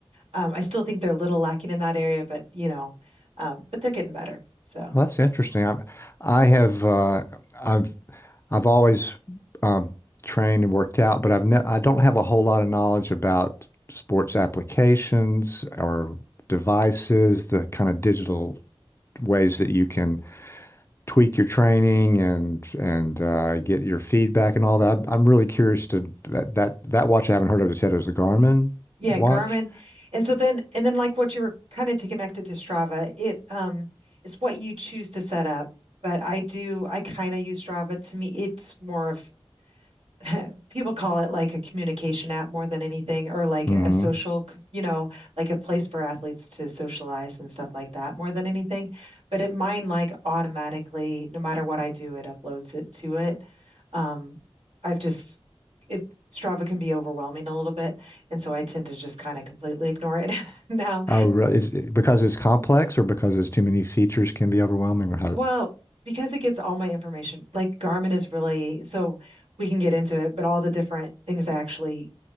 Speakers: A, on the right; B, on the left.
A: um, I still think they're a little lacking in that area, but, you know, um, but they're getting better. So
B: Well, that's interesting. I, I have uh, I've I've always um, trained and worked out, but I've ne I don't have a whole lot of knowledge about sports applications or devices, the kind of digital ways that you can tweak your training and and uh, get your feedback and all that. I'm really curious to that that that watch I haven't heard of. You said it was a Garmin
A: yeah,
B: watch.
A: Garmin. And so then, and then like what you were kind of to connect it to Strava, it, um, it's what you choose to set up. But I do, I kind of use Strava. To me, it's more of <laughs> people call it like a communication app more than anything, or like
B: hmm
A: a social, c- you know, like a place for athletes to socialize and stuff like that more than anything. But it mine like automatically, no matter what I do, it uploads it to it. Um, I've just it Strava can be overwhelming a little bit, and so I tend to just kind of completely ignore it <laughs> now.
B: Oh, re- is it because it's complex or because there's too many features can be overwhelming or how,
A: Well, because it gets all my information, like Garmin is really so we can get into it, but all the different things I actually